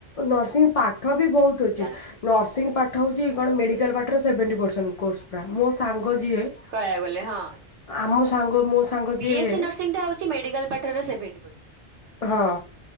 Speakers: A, on the left; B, on the right.
A: ନର୍ସିଂ ପାଠ ବି ବହୁତ ଅଛି
B: ଜାଣି
A: ନର୍ସିଂ ପାଠ ହଉଛି କଣ
B: ବହୁତ
A: ମେଡିକାଲ
B: ଅଛି
A: ପାଠ ପୁରା ସେଭେଣ୍ଟି ପରସେଣ୍ଟ କୋର୍ସ ପ୍ରା ମୋ ସାଙ୍ଗ ଯିଏ
B: କହିବାକୁ ଗଲେ ହଁଁ
A: ଆମ ସାଙ୍ଗ ମୋ ସାଙ୍ଗ
B: ବି
A: ଯିଏ
B: ଏସ ସି ନର୍ସିଂ ଟା ହଉଛି ମେଡିକାଲ ପାଠ ର ସେଭେଣ୍ଟ୍ଟୀ ପ
A: ହଁ